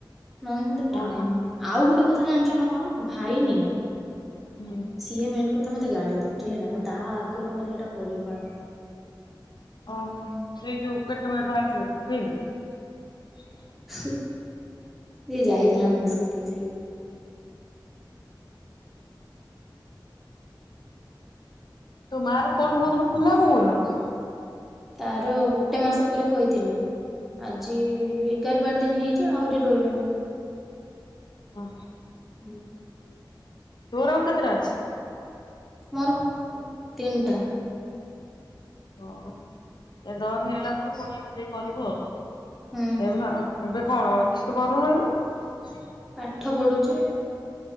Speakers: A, in the centre; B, on the left (about 60°).
A: ନହେନେ ମତେ
B: କୋଉଦିନ
A: ଟାଇମ୍ ମିଳୁନି ଆଉ ଗୋଟେ କଥା ଜାଣିଛ ନା କଣ? ଖାଇନି ନା
B: ହୁଁ
A: ସିଏ ମେନ୍ କରି କଥା ମୋତେ ଗାଡେଇ ଦଉଚି ହେଲା ମୁଁ ତା ଆଗରୁ ମାନେ ଏଇଟା କରିବି। ବାର
B: ଓହୋ ସେଇ ଯୋଉ ପେଟ ମାନେ ବାହାରିଥିଲେ ତ ସେଇନ
A: ସେ ଯାଇ ଥିଲା ମେସ କୁ ଠିକ୍ ସେ
B: ତୋ ମାର ଫୋଲ୍ଡ କୋଉଦିନ ଖୋଲା ହବ କୋଉଦିନ?
A: ତାର ଗୋଟେ ମାସ ପରେ ଖୋ କହିଥିଲେ ଆଜି ଏଗାର ବାର ଦିନ ହେଇଛି ଆହୁରି ରହିଲାଣି
B: ହଁ।
A: ହୁଁ।
B: ତୋର ଆଉ କେତେଟା ଅଛି?
A: ମୋର ତିନିଟା
B: ହଁ ଏ ଦ ହେଇଗଲା ତାପରେ ପୁଣି ଆକୁ ଦେଇ କରିବୁ ଆଉ।
A: ହୁଁ
B: ଏବେ ଏବେ କଣ ବା କିଛି ତ କରୁନୁ ଏବେ।
A: ପାଠ ପଢୁଛି